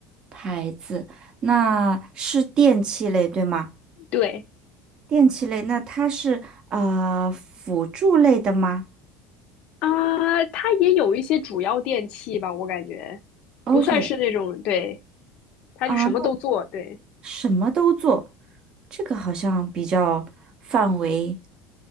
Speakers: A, on the right (about 35°); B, on the left (about 50°).
A: 牌子，那是电器类对吗？
B: 对
A: 电器类，那它是呃辅助类的吗
B: 啊，它也有一些主要电器吧，我感觉不算是那种，
A: ？OK，
B: 对，它就什么都做，
A: 啊，那
B: 对。
A: 什么都做，这个好像比较范围，